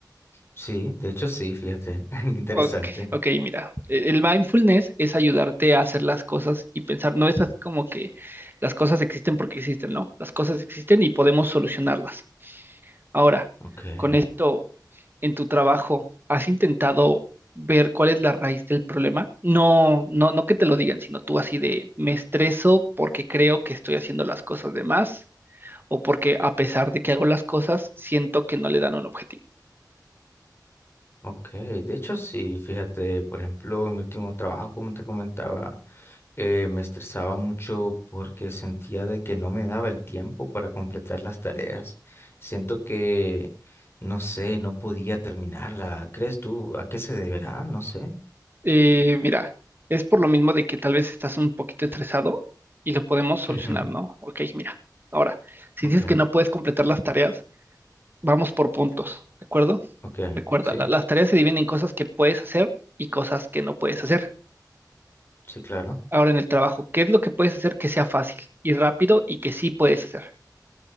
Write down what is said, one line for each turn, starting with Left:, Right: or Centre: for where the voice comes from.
Left: sí, de hecho sí, fíjate, <laughs> interesante,
Right: Ok, ok, mira, e- el mindfulness es ayudarte a hacer las cosas y pensar, no es así como que las cosas existen porque existen, no, las cosas existen y podemos solucionarlas. Ahora,
Left: ok.
Right: con esto en tu trabajo, ¿has intentado ver cuál es la raíz del problema? No, no, no que te lo digan, sino tú así de me estreso porque creo que estoy haciendo las cosas de más o porque a pesar de que hago las cosas, siento que no le dan un objetivo.
Left: Ok, de hecho sí, fíjate, por ejemplo, en mi último trabajo, como te comentaba, eh, me estresaba mucho porque sentía de que no me daba el tiempo para completar las tareas. Siento que, no sé, no podía terminarla. ¿Crees tú a qué se deberá? No sé.
Right: Eh, mira, es por lo mismo de que tal vez estás un poquito estresado y lo podemos solucionar,
Left: Ujú,
Right: ¿no? Ok, mira, ahora, si
Left: Ok,
Right: dices que no puedes completar las tareas, vamos por puntos, ¿de acuerdo?
Left: ok,
Right: Recuerda,
Left: sí,
Right: la- las tareas se dividen en cosas que puedes hacer y cosas que no puedes hacer.
Left: sí, claro.
Right: Ahora en el trabajo, ¿qué es lo que puedes hacer que sea fácil y rápido y que sí puedes hacer?